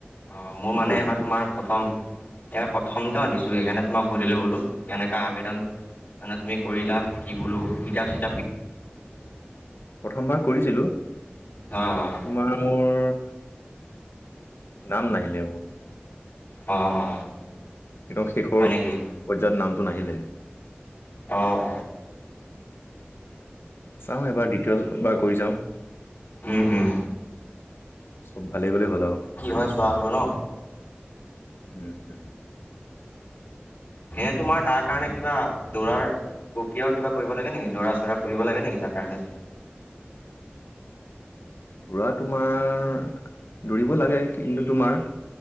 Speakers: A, on the left; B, on the left.
A: অ', মোৰ
B: দ্বিতীয়,
A: মানে এইবাৰ
B: দ্বিতীয়।
A: তোমাৰ প্ৰথম। এবাৰ প্ৰথম তেওঁ দিছো। সেইকাৰণে তোমাক সুধিলো বোলো, কেনেকা আবেদন। মানে তুমি কৰিলা, কি বোলো কিতাপ-চিতাপ।
B: প্ৰথমবাৰ কৰিছিলো।
A: হয় হয়
B: তোমাৰ মোৰ। নাম নাহিলে মোৰ।
A: অ অ।
B: কি শেষৰ,
A: হয় নেকি?
B: পৰ্যায়ত নামটো নাহিলে।
A: আহ।
B: চাওঁ এবাৰ দ্বিতীয়বাৰ কৰি চাওঁ।
A: উমম।
B: চব ভালেই ভালেই হ'ল আৰু,
A: হয় চোৱা বোলো ন?
B: উম। <unintelligible>
A: সেয়ে তোমাৰ তাৰ কাৰণে কিবা দৌৰাৰ। প্ৰক্ৰিয়াও কিবা কৰিব লাগে নেকি দৌৰা চৌৰা কৰিব লাগে নেকি তাৰ কাৰণে।
B: <unintelligible> দৌৰা তোমাৰ, দৌৰিব লাগে কিন্তু তোমাৰ।